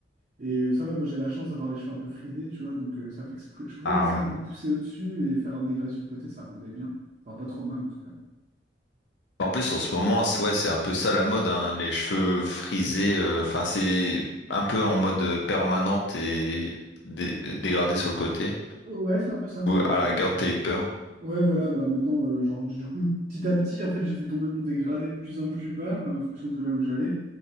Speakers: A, on the right; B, on the left.
A: Et euh, ça va, moi j'ai la chance d'avoir les cheveux un peu frisés, tu vois, donc euh, ça fait que je pou- je pouvais
B: Ah
A: laisser
B: ouais.
A: un peu pousser au-dessus et faire un dégradé sur le côté, ça rendait bien. Enfin, pas trop mal en tout cas.
B: En plus, en ce moment, c'est- ouais, c'est un peu ça la mode, hein, les cheveux frisés. euh, Enfin, c'est un peu en mode euh, permanente et dé- dégradé sur le côté.
A: Ouais, c'est un peu ça maintenant,
B: Ou à
A: c'est
B: la rigueur,
A: vrai.
B: taper.
A: Ouais, voilà, bah maintenant, euh, genre du coup, petit à petit, en fait, j'ai fait tomber mon dégradé de plus en plus bas, euh, en fonction de là où j'allais.